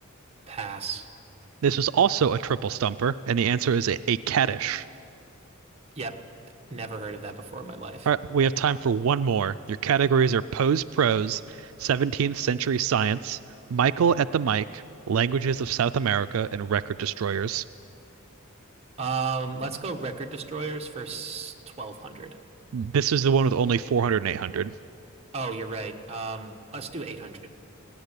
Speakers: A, on the right; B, on the right.
A: pass.
B: This is also a triple stumper, and the answer is a, a caddish.
A: Yep, never heard of that before in my life.
B: All right, we have time for one more. Your categories are Poe's Prose, 17th Century Science, Michael at the Mic, Languages of South America, and Record Destroyers.
A: Um, let's go record destroyers for s- 1200.
B: This is the one with only 400 and 800.
A: Oh, you're right. Um, let's do 800.